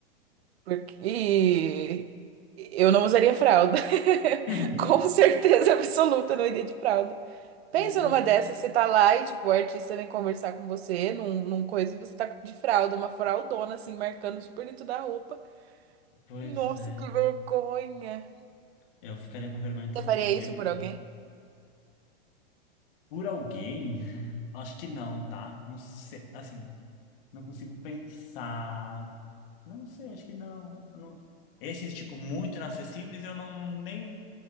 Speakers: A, on the right; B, on the left.
A: porque e eu não usaria fralda. <laughs>
B: <laughs>
A: Com certeza absoluta, eu não iria de fralda. Pensa
B: Meu Deus,
A: numa
B: pensa-
A: dessas, você tá lá e, tipo, o artista vem conversar com você num, num coisa e você tá de fralda, uma fraldona, assim, marcando super dentro da roupa.
B: pois
A: Nossa,
B: é.
A: que vergonha.
B: Eu ficaria com vergonha também.
A: Você faria isso
B: Eu-
A: por alguém?
B: por alguém? Acho que não, tá? Não sei. Assim, não consigo pensar. Não sei, acho que não. Eu não- Esses, tipo, muito inacessíveis, eu não nem